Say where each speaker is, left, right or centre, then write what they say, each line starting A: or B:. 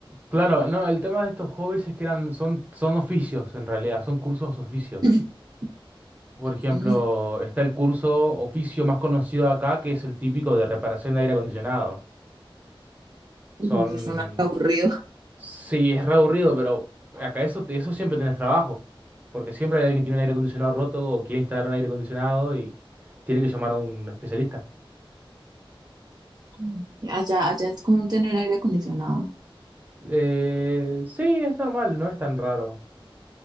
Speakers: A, on the right (about 15°); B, on the right (about 45°).
A: Claro, no, el tema de estos hobbies es que eran, son, son oficios en realidad, son cursos oficios.
B: <laughs>
A: Por
B: <clears throat>
A: ejemplo, está el curso oficio más conocido acá, que es el típico de reparación de aire acondicionado.
B: Mm,
A: Son
B: Eso suena aburrido.
A: Sí, es re aburrido, pero acá eso, te- eso siempre tenés trabajo. Porque siempre hay alguien que tiene un aire acondicionado roto o quiere instalar un aire acondicionado y tiene que llamar a un especialista.
B: Mm. Allá, allá es común tener aire acondicionado.
A: Eh, sí, es normal, no es tan raro,